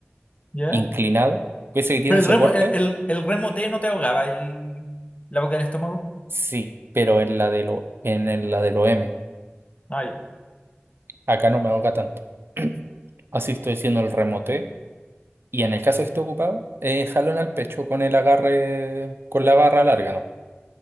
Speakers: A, on the left (about 30°); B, on the right (about 60°).
A: ya.
B: inclinado, pese que tiene
A: Pero
B: el
A: el
B: soporte,
A: remo, el, el, el remo T no te ahogaba el, la boca del estómago.
B: sí, pero en la de lo, en, en la de lo M.
A: Ah, ya.
B: Acá no me ahoga tanto. <clears throat> Así estoy haciendo el remote. Y en el caso que esté ocupado, eh, jalón al pecho con el agarre, con la barra larga, ¿no?